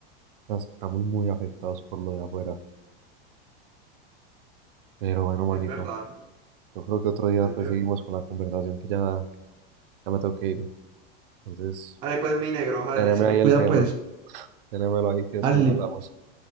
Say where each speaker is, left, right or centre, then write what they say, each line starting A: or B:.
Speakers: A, on the right (about 65°); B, on the right (about 15°).
A: Nos estamos muy afectados por lo de afuera, pero bueno, manito,
B: Es verdad,
A: yo creo que otro día
B: es
A: pues
B: verdad.
A: seguimos con la conversación que ya Ya me tengo que ir. Entonces,
B: Dale, pues, mi negro, dale,
A: teneme
B: se
A: ahí
B: me
A: el
B: Cuida
A: tema.
B: pues,
A: pues. Tenémelo ahí que después
B: dale.
A: lo Listo. hablamos.